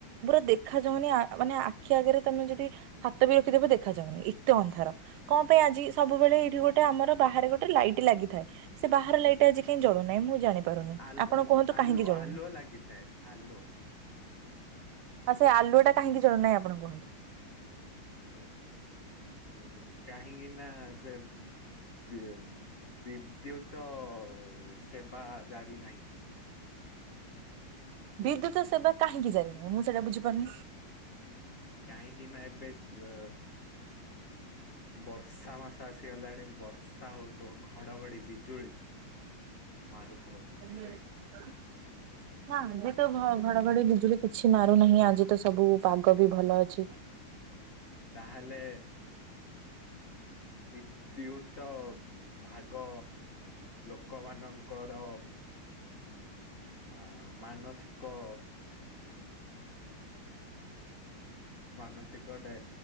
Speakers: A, on the right (about 85°); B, on the left (about 35°).
A: ପୁରା ଦେଖା ଯାଉନି । ଅ ମାନେ ଆଖି ଆଗରେ ତମେ ଯଦି ହାତ ବି ରଖିଦବ ଦେଖା ଯାଉନି, ଏତେ ଅନ୍ଧାର କଣ ପାଇଁ ଆଜି ।ସବୁବେଳେ ଏଇଠି ଗୋଟେ ଆମର ବାହାରେ ଗୋଟେ ଲାଇଟ ଲାଗି ଥାଏ। ସେ ବାହାରେ ଲାଇଟା ଆଜି କାହିଁ ଜଳୁନାହିଁ ।ମୁଁ ଜାଣିପାରୁନି
B: ଆଲ-
A: ଆପଣ କୁହନ୍ତୁ
B: ନ- ଆଲୁଅ
A: କାହିଁକି ଜଳୁନି।
B: ଆଲୁଅ ଲାଗିଥାଏ ଆଲୁଅ
A: ହଁ ସେ ଆଲୁଅ ଟା କାହିଁକି ଜଳୁନାହିଁ ଆପଣ କୁହନ୍ତୁ?
B: ଉଁ ଉଁ କାହିଁକିନା ବେ ବେ ବିଦ୍ୟୁତ। ସେବା। ଜାରୁ ନାହିଁ।
A: ବିଦ୍ୟୁତ ସେବା କାହିଁକି ଜାରିନାହିଁ, ମୁଁ ସେଟା ବୁଝିପାରୁନି।
B: କାହିଁକି ନା ଏବେ ଯ ବର୍ଷା ମାସ ଆସିଗଲାଣି ବର୍ଷା ହଉ ତ ଘଡଘଡି ବିଜୁଳି। ମାରୁଥିବ ସେଥିପାଇଁ
A: <inaudible> ନା ଯେତ ଭ ଘଡଘଡି ବିଜୁଳି କିଛି ମାରୁନାହିଁ। ଆଜି ତ ସବୁ ପାଗ ବି ଭଲ ଅଛି।
B: ତାହେଲେ ବିଦ୍ୟୁତ ଭାଗ ଲୋକମାନଙ୍କର ଆ ମାନସିକ ମାନସିକ ଟା